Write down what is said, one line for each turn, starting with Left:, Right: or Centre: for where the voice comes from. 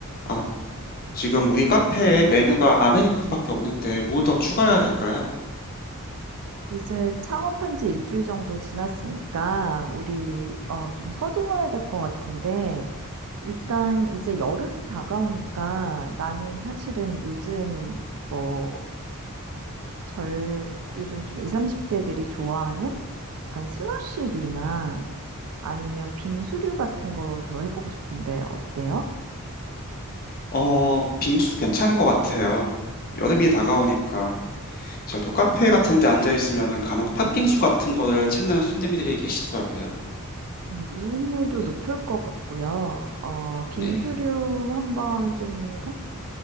Left: 아, 지금 우리 카페에 메뉴가 아메리칸밖에 없는데 뭘 더 추가해야 될까요?
Right: 이제 창업한 지 일주일 정도 지났으니까 우리 어, 좀 서둘러야 될 것 같은데 일단 이제 여름이 다가오니까 나는 사실은 요즘 뭐 절 요즘 좀 20, 30대들이 좋아하는 약간 슬러시류나 아니면 빙수류 같은 거 더 해보고 싶은데 어때요?
Left: 어, 빙수 괜찮은 것 같아요. 여름이 다가오니까 저도 카페 같은 데 앉아 있으면은 간혹 팥빙수 같은 거를 찾는 손님들이 계시더라고요.
Right: 음, 이익률도
Left: 네,
Right: 높을 것 같고요. 어, 빙수류
Left: 네,
Right: 한번 좀